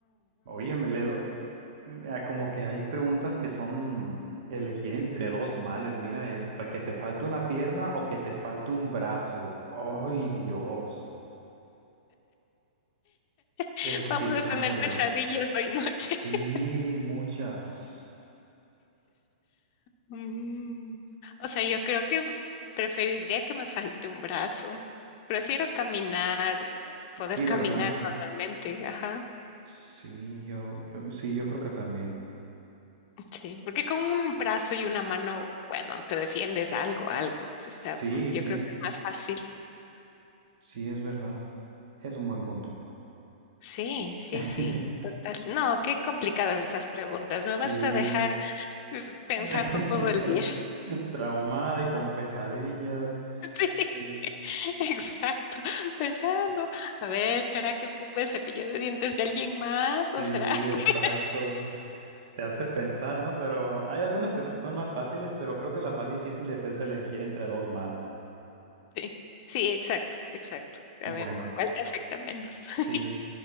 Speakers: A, on the right (about 50°); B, on the left (about 40°).
A: Oye, me le doy. Ah, Como que hay preguntas que son elegir entre dos males. Mira esta, que te falte una pierna o que te falte un brazo. ¡Ay, Dios!
B: <laughs>
A: Eso
B: Vamos
A: sí está
B: a tener
A: muy
B: pesadillas
A: loco.
B: hoy noche.
A: Sí,
B: <laughs>
A: muchas.
B: Mm. O sea, yo creo que preferiría que me falte un brazo. Prefiero caminar, poder
A: Sí,
B: caminar
A: ¿verdad?
B: normalmente, ajá.
A: Sí, yo, yo, sí, yo creo que también.
B: Sí, porque con un brazo y una mano, bueno, te defiendes algo, algo. O sea,
A: Sí,
B: yo
A: sí,
B: creo que es más fácil.
A: sí, es verdad. Es un buen punto.
B: Sí, sí,
A: <laughs>
B: sí, total. No, qué complicadas estas preguntas. Me
A: Sí.
B: vas a dejar es, pensando
A: <laughs>
B: todo el
A: Tra-
B: día. <laughs>
A: traumada y con pesadillas.
B: Sí,
A: Sí,
B: <laughs> exacto, pensando. A ver, ¿será que ocupa el cepillo de dientes de alguien más?
A: sí,
B: ¿O será? <laughs>
A: exacto. Te hace pensar, ¿no? Pero hay algunas que sí son más fáciles, pero creo que las más difíciles es elegir entre dos males.
B: Sí, sí, exacto, exacto. A
A: Bueno,
B: ver, ¿cuál te afecta menos?
A: sí.
B: <laughs>